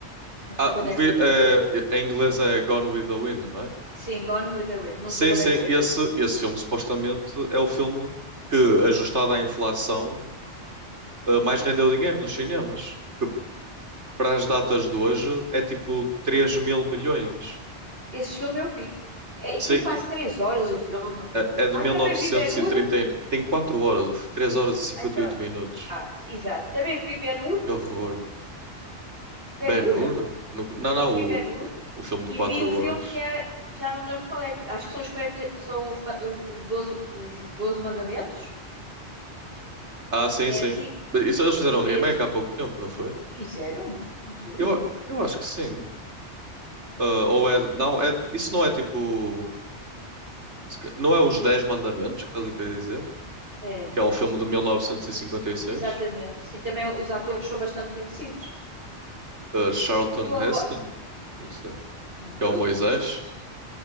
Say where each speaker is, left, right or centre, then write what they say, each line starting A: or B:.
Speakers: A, on the right; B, on the right.
A: Não sei
B: ah,
A: quando é
B: vi-
A: que foi feito.
B: eh, em inglês é Gone with the Wind, não é?
A: Sim, Gone with the Wind. Não
B: Sim,
A: sei quando
B: sim,
A: é que foi
B: esse,
A: feito.
B: esse filme supostamente é o filme que, ajustado à inflação, eh, mais rendeu dinheiro nos cinemas. Que para as datas de hoje é tipo 3 mil milhões.
A: Esse filme eu vi. É, e
B: Sim,
A: tem quase
B: e-
A: três horas o filme.
B: eh, é de
A: Ah,
B: 1930.
A: também vi Ben-Hur.
B: e- trinta. e- Tem 4 horas, 3 horas e cinquenta
A: Ah, então,
B: e oito minutos.
A: ah, exato. Também vi Ben-Hur.
B: Que horror.
A: Ben-Hur?
B: Ben-Hur? No- Não,
A: Sim,
B: não,
A: vi
B: o,
A: Ben-Hur.
B: o filme de
A: E
B: 4
A: vi o filme
B: horas.
A: que é, que já não me lembro qual é. que- Acho que são os 40, são os, ma- os, os 12, os 12 mandamentos.
B: Ah,
A: Também
B: sim, sim.
A: é antigo.
B: Mas Isso, eles
A: Também
B: fizeram um
A: vi
B: remake
A: esse.
B: há pouco tempo, não foi?
A: Fizeram? Não sabia.
B: Eu, eu acho que sim. Ah, ou
A: Não sabia
B: é. Não,
A: disso.
B: é, isso não é tipo. Se ca- Não é Os Dez Mandamentos que estás a querer dizer?
A: É,
B: Que
A: deve
B: é um filme
A: ser.
B: de 1956?
A: Exatamente. Sim, também os atores são bastante conhecidos.
B: Uh, Charlton
A: Que tu
B: Heston?
A: agora.
B: Não sei.
A: Já Não me perguntes,
B: Que é o Moisés?
A: não é?